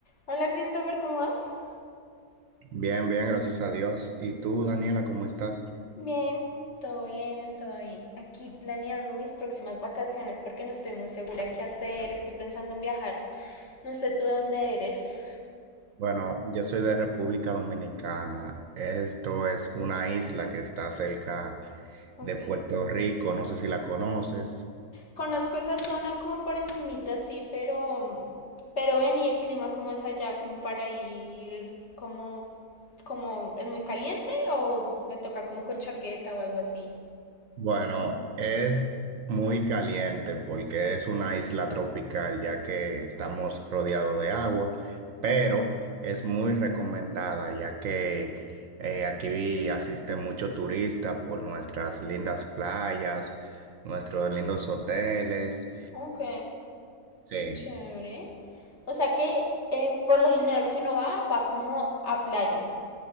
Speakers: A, on the left; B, on the right.
A: Hola Christopher, ¿cómo vas?
B: Bien, bien, gracias a Dios. ¿Y tú, Daniela, cómo estás?
A: Bien, todo bien, estoy aquí planeando mis próximas vacaciones porque no estoy muy segura qué hacer, estoy pensando en viajar. No sé tú de dónde eres.
B: Bueno, yo soy de República Dominicana. Esto es una isla que está cerca
A: Ok.
B: de Puerto Rico. No sé si la conoces.
A: Conozco esa zona como por encimita, sí, pero pero ven y el clima cómo es allá, como para ir como como es muy caliente o me toca como con chaqueta o algo así.
B: Bueno, es muy caliente porque es una isla tropical, ya que estamos rodeados de agua, pero es muy recomendada, ya que eh, aquí asiste mucho turista por nuestras lindas playas, nuestros lindos hoteles.
A: Ok,
B: Sí,
A: qué chévere. O sea que eh, por lo general si uno va, va como a playa.